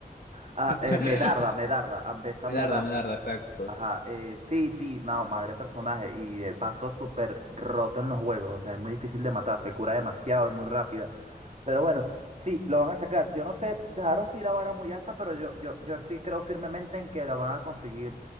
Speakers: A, on the right; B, on the left.
A: ah,
B: <laughs>
A: eh, Medarda, Medarda. Ambesa
B: Melarda,
A: Medarda.
B: Melarda, exacto.
A: Ajá. eh, sí, sí, no, madre personaje. Y de paso súper roto en los juegos. O sea, es muy difícil de matar. Se cura demasiado, es muy rápida. Pero bueno, sí, lo van a sacar. Yo no sé, dejaron sí la vara muy alta, pero yo, yo, yo sí creo firmemente en que la van a conseguir